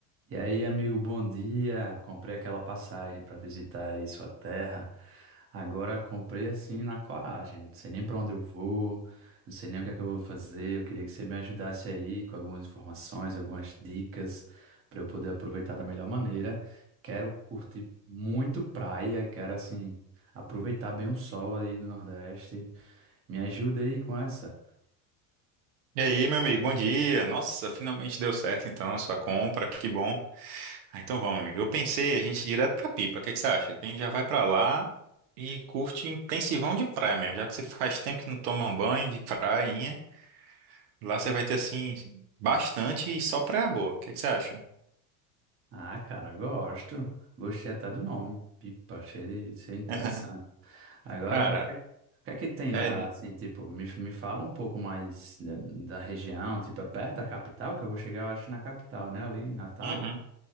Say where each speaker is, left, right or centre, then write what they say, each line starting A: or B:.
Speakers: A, on the right (about 30°); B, on the right (about 80°).
A: E aí, amigo, bom dia. Comprei aquela passagem para visitar aí sua terra. Agora comprei assim na coragem. Não sei nem para onde eu vou, não sei nem o que é que eu vou fazer. Eu queria que você me ajudasse aí com algumas informações, algumas dicas para eu poder aproveitar da melhor maneira. Quero curtir muito praia, quero assim aproveitar bem o sol aí do Nordeste. Me ajuda aí com essa.
B: E aí, meu amigo, bom dia. Nossa, finalmente deu certo então a sua compra, que bom. Ah, então vamos, amigo. Eu pensei a gente ir direto pra Pipa. O que é que você acha? Que a gente já vai pra lá e curte intensivão de praia mesmo, já que você faz tempo que não toma um banho de prainha. Lá você vai ter assim bastante e só praia boa. O que é que você acha?
A: Ah, cara, gosto. Gostei até do nome. Pipa, achei achei interessante.
B: <laughs>
A: Agora,
B: Cara,
A: o que, é, o que é que tem lá,
B: é,
A: assim, tipo, me, me fala um pouco mais da, da região, tipo, é perto da capital, que eu vou chegar, eu acho, na capital, né, ali em Natal.
B: Uhum.